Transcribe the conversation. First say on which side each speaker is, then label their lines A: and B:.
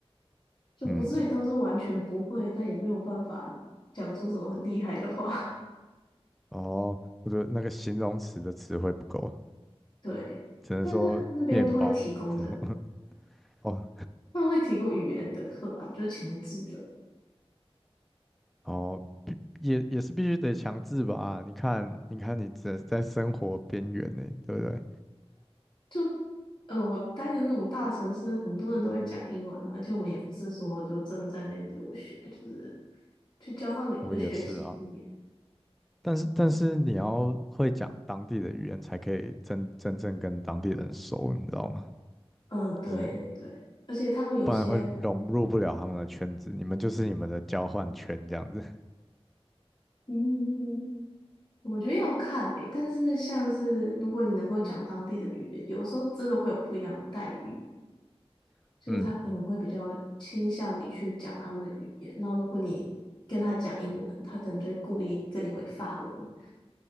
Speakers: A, on the left; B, in the centre.
A: 就不至于到时候完全不会，
B: 嗯，
A: 但也没有办法讲出什么很厉害的话。
B: 哦，我觉得那个形容词的词汇不够，
A: 对，
B: 只能说面包。
A: 但是那边都会提供的，
B: <laughs> 哦
A: 他们会提供语言的课啦，就是强制的。
B: 哦，也也是必须得强制吧？你看，你看，你只在生活边缘呢，对不对？
A: 就呃，我待的那种大城市，很多人都会讲英文啊，而且我们也不是说就真的在那边留学，就是去交换个一个学期一年。
B: 哦，也是啊，但是但是你要会讲当地的语言，才可以真真正跟当地人熟，你知道吗？
A: 嗯呃，对对，
B: 就是
A: 而且他们有些，
B: 不然会融入不了他们的圈子，你们就是你们的交换圈这样子。
A: 嗯，我觉得要看诶、但是像是如果你能够讲当地的语言，有时候真的会有不一样的待遇。
B: <laughs>
A: 就他可能会比较倾向你去讲他们的语言，
B: 嗯
A: 那如果你跟他讲英文，他可能就会故意跟你回法文，